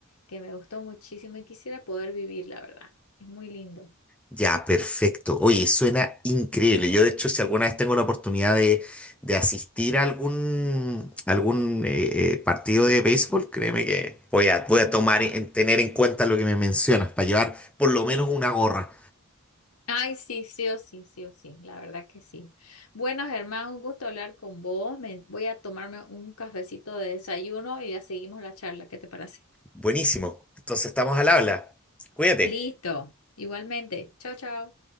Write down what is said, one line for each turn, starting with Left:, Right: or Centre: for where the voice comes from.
Left: que me gustó muchísimo y quisiera poder vivir, la verdad. Es muy lindo.
Centre: Ya, perfecto. Oye, suena increíble. Yo, de hecho, si alguna vez tengo la oportunidad de, de asistir a algún, algún eh, eh, partido de béisbol, créeme que voy a, voy a tomar en tener en cuenta lo que me mencionas para llevar por lo menos una gorra.
Left: Ay, sí, sí o sí, sí o sí, la verdad que sí. Bueno, Germán, un gusto hablar con vos. Me, voy a tomarme un cafecito de desayuno y ya seguimos la charla. ¿Qué te parece?
Centre: Buenísimo. Entonces estamos al habla. Cuídate.
Left: Listo, igualmente. Chao, chao.